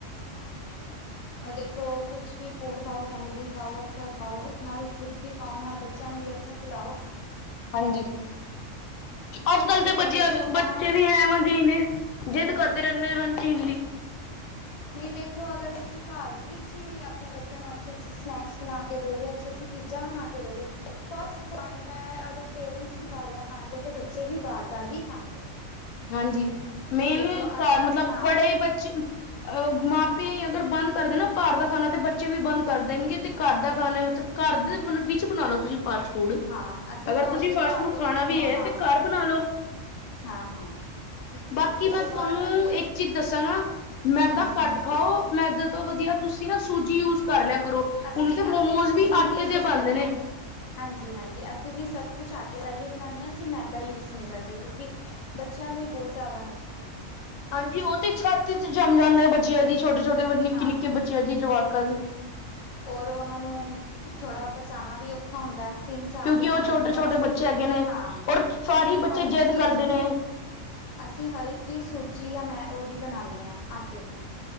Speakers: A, on the left; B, on the left.
A: ਅ ਦੇਖੋ ਕੁਛ ਵੀ ਫੂਡ ਖਾਓ ਹੈਲਦੀ ਖਾਓ ਅੱਛਾ ਖਾਓ ਨਾਲ ਖੁਦ ਵੀ ਖਾਓ ਨਾਲ ਬੱਚਿਆਂ ਨੂੰ ਵੀ ਅੱਛਾ ਖਲਾਓ
B: ਹਾਂਜੀ ਅਜ ਕਲ
A: ਠੀਕ
B: ਤੇ
A: ਹੈ
B: ਬਚੇਆ
A: ਦੇਖੋ
B: <unintelligible>
A: ਬਾਹਰ
B: ਬੱਚੇ ਵੀ ਐ ਵ ਜਿ ਨੇ ਜਿ਼ਦ ਕਰਦੇ ਰਹਿਦੇ ਹਰ ਚੀਜ਼ ਲਈ
A: ਨਹੀਂ ਦੇਖੋ ਅਗਰ ਤੁਸੀ ਘਰ ਵਿਚ ਹੀ ਆਪਣੇ ਬੱਚਿਆਂ ਨੂੰ ਅਛੇ- ਅਛੇ ਸਨੈਕਸ ਬਣਾ ਕੇ ਦੋਗੇ ਅਛੀ- ਅਛੀ ਚੀਜ਼ਾ ਬਣਾ ਕੇ ਦੋਗੇ ਫਸਟ ਪੁਆਇੰਟ ਹੈ ਅਗਰ ਪੇਰੈਂਟਸ ਅਸੀ ਬਾਹਰ ਦਾ ਖਾਣਗੇ ਤੇ ਬੱਚੇ ਵੀ ਬਾਹਰ ਦਾ ਹੀ ਖਾਣਗੇ
B: ਹਾਂਜੀ ਮੇਰੇ
A: ਦੇਖੋ ਅੱਜ
B: ਘਰ
A: ਕੱਲ
B: ਮਤਲਬ
A: ਹਾਂ
B: ਬੜੇ ਬੱਚੇ ਅਹ ਮਾਂ ਪੇ ਅਗਰ ਬੰਦ ਕਰਦੇ ਨਾਂ ਭਾਰ ਦਾ ਖਾਣਾ, ਤੇ ਬੱਚੇ ਵੀ ਬੰਦ ਕਰ ਦੇਣਗੇਂ ਤੇ ਘਰ ਦਾ ਖਾਣਾ ਮਤਲਬ ਘਰ ਦੇ ਵ ਵਿਚ ਬਣਾਣਾ ਤੁਸੀ ਫਾਸਟ ਫੂਡ,
A: ਹਾਂ ਅਸੀਂ
B: ਅਗਰ
A: ਘਰ
B: ਤੁਸੀ
A: ਦੇ
B: ਫਾਸਟ
A: ਘਰ
B: ਫੂਡ
A: ਦੇ
B: ਖਾਣਾ
A: ਵਿੱਚ ਬਣਾਓ
B: ਵੀ ਐ
A: ਹਾਂ
B: ਤੇ ਘਰ ਬਣਾ ਲਓ
A: ਹਾਂ, ਹਾਂ।
B: ਬਾਕੀ
A: ਦੇਖੋ
B: ਮੈਂ
A: ਬਾਹਰ
B: ਤੁਹਾਨੂੰ
A: ਦਾ ਤੇ
B: ਇਕ ਚੀਜ ਦਸਾਂਗਾ, ਮੈਦਾ
A: ਹਾਂਜੀ ਹਾਂਜੀ
B: ਘੱਟ ਖਾਓ ਮੈਦ ਤੋਂ ਵਧੀਆ ਤੁਸੀ ਨਾਂ ਸੂਜੀ ਯੂਜ ਕਰ ਲਿਆ ਕਰੋ,
A: ਅਸੀਂ
B: ਹੁਣ ਤੇ ਮੋਮੋਜ਼
A: ਅਸੀਂ ਸੂਜੀ
B: ਵੀ ਆਟੇ
A: ਹੀ ਯੂਜ
B: ਦੇ ਬਣਦੇ
A: ਕਰਨੇ
B: ਨੇਂ
A: ਆ ਹਾਂਜੀ, ਹਾਂਜੀ ਅਸੀ ਵੀ ਸਭ ਕੁਛ ਆਟੇ ਦਾ ਹੀ ਬਣਾਉਂਣੇ ਆਂ, ਅਸੀ ਮੈਦਾ ਯੂਜ਼ ਨਈ ਕਰਦੇ ਕਿਉਕਿ ਬੱਚਿਆਂ ਲਈ ਬਹੁਤ ਜ਼ਿਆਦਾ ਨੁਕਸਾਨ ਐ।
B: ਹਾਂਜੀ ਉਹ ਤੇ ਛਤ ਚ ਜੰਮ ਜਾਂਦਾ, ਬੱਚਿਆਂ ਦੀ ਛੋਟੇ-ਛੋਟੇ, ਨਿਕੇ-ਨਿਕੇ
A: ਹਾਂ ਹਾਂ
B: ਬੱਚਿਆਂ ਜੀ ਜਵਾਕਾਂ ਦੀ
A: ਔਰ ਉਹਨਾਂ ਨੂੰ ਥੋੜ੍ਹਾ ਪਹੁੰਚਾਣਾ ਵੀ ਔਖਾ ਹੁੰਦਾ। ਤਿੰਨ-ਚਾਰ
B: ਕਿਉਂਕਿ
A: ਦਿਨ
B: ਉਹ
A: ਲਗ ਜਾਂਦੇ
B: ਛੋਟੇ
A: ਨੇਂ,
B: ਛੋਟੇ
A: ਅਸੀ
B: ਬੱਚੇ ਹੈਗੇ ਨੇ
A: ਹਾਂ,
B: ਔਰ ਸਾਰੇ
A: ਅਸੀ
B: ਬੱਚੇ
A: ਹਰ ਇਕ
B: ਜਿੱਦ
A: ਚੀਜ
B: ਕਰਦੇ ਨੇ
A: <inaudible> ਅਸੀ ਹਰ ਇਕ ਚੀਜ ਸੂਜੀ ਜਾਂ ਮੈ ਉਹਦੀ ਬਣਾਉਦੇ ਹਾਂ ਆਟੇ ਦੀ